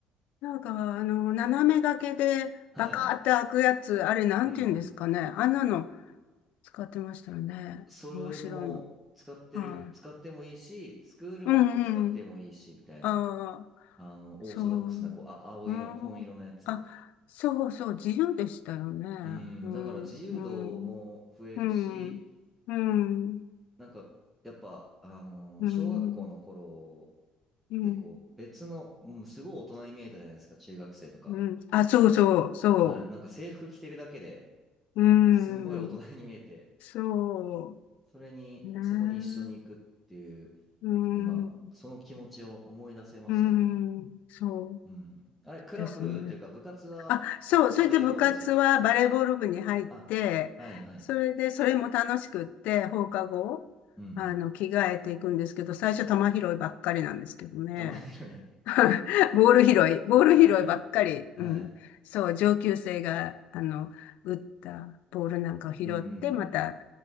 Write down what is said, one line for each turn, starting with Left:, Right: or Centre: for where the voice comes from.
Left: なんか、あの、斜め掛けでバカーって開くやつ、
Centre: はい。
Left: あれなんて言うんですかね。
Centre: うん
Left: あんなの使ってましたよね。
Centre: それも使ってる、
Left: 面白いの。は
Centre: 使ってもいいし、スクールバッグ使ってもいいし、
Left: い。うんうん。
Centre: みたいな。
Left: ああ、
Centre: あの、オーソドックスな、
Left: そう。
Centre: こう、あ、青色、
Left: うん。
Centre: 紺色のやつ。
Left: あ、そうそう、自由でしたよね。
Centre: うん、
Left: うん、
Centre: だから自由度も増えるし、
Left: うん、うん、うん、
Centre: なんか、やっぱ、あのー小学校の頃
Left: うん、うん。
Centre: ってこう、別の、うん、すごい大人に見えたじゃないですか、中学生とか。
Left: うん。あ、そうそう、そ
Centre: はい、なんか制服着てるだけで、
Left: う。う
Centre: すんごい大人に見えて、
Left: ん。そ
Centre: それに、
Left: うね。
Centre: そこに一緒に行くっていう、
Left: うん。
Centre: 今、その気持ちを思い出せましたね。
Left: うん。そう
Centre: うん。あれ、クラブというか部活は、
Left: ですね。あ、そう。
Centre: あの、バレーボールでしたっけ
Left: それで部活はバレーボール部に入って、
Centre: あ、はいはい。
Left: それで、それも楽しくって、放課後、
Centre: うんうん。
Left: あの、着替えていくんですけど、最初球拾いばっかりなんですけどね。
Centre: 玉拾い。
Left: <laughs> ボール拾い、
Centre: <laughs>
Left: ボール拾いばっかり。
Centre: はい。はい。
Left: うん。そう、上級生が、あの、打ったボールなんかを拾って、
Centre: うんうんうん。
Left: また、